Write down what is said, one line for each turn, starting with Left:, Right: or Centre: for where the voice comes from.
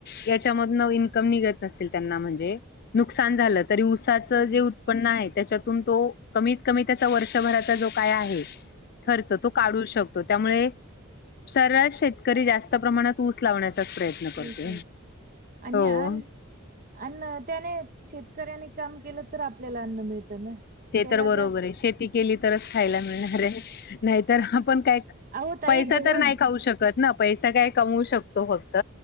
Left: याच्यामधन इन्कम निघत नसेल त्यांना म्हणजे नुकसान झालं तरी त्याच
Right: हो
Left: जे उत्पन्न आहे, त्याच्यातून तो कमीत-कमी त्याच वर्षभराचा जो काय आहे खर्च तो काढू शकतो, त्यामुळे सरास शेतकरी जास्त प्रमाणात ऊस लावण्याचाच प्रयत्न
Right: ऊसच
Left: करतो,
Right: आणि
Left: हो.
Right: अन अन्न त्याने, शेतकऱ्याने काम केलं तर आपल्याला अन्न मिळतं ना.
Left: ते
Right: त्याला
Left: तर बरोबर
Right: जर
Left: आहे, शेती केली तरच खायला मिळणार आहे, नाहीतर आपण काय
Right: अहो ताई
Left: पैसा
Right: देऊळ
Left: तर नाही खाऊ शकत ना? पैसा काय कमू शकतो फक्त,